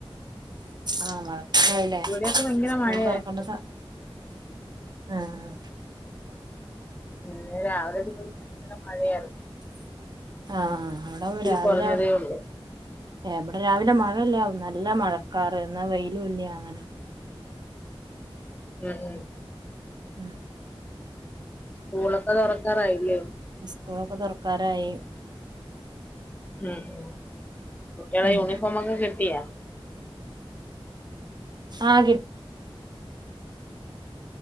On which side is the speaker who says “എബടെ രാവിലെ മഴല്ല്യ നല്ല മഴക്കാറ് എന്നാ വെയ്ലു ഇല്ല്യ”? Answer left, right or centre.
Right